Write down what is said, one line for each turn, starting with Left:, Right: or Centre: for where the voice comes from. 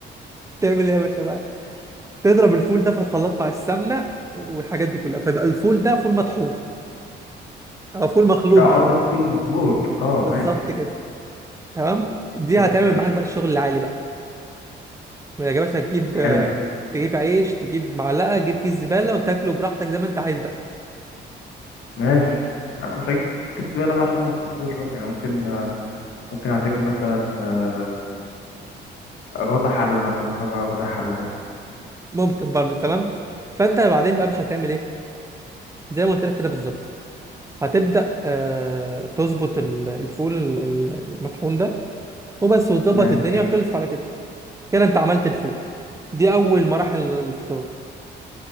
Right: تعمل ايه يا باشا بقى تضرب الفول ده في الخلاط مع السمنه والحاجات دي كلها فيبقى الفول ده فول مطحون او فول مخلوط
Left: آه،
Right: بقى
Left: قصدك كل مخلوط اه
Right: بالظبط
Left: ماشي
Right: كده تمام دي
Left: حلو
Right: هتعمل
Left: ماشي
Right: معاك بقى الشغل العالي بقى ما عجبكش هتجيب
Left: حلو
Right: آه، تجيب عيش تجيب معلقه تجيب كيس زباله وتاكله براحتك زي ما انت عايز بقى
Left: ماشي أه، مش هجيب السبالة بقى عشان ما تسخوش بقى يعني ممكن آه، ممكن اعتمد مثلا آه، غطا حلة مثلا ممكن أقع غطا حلة عادي
Right: ممكن برضه تمام فانت بعدين بقى مش هتعمل ايه زي ما قلت لك كده بالظبط هتبدا آه تظبط ال- الفول ال- ال- المطحون ده وبس وتظبط
Left: ماشي
Right: الدنيا وخلصت على كده كده انت عملت الفول دي اول مراحل الفطار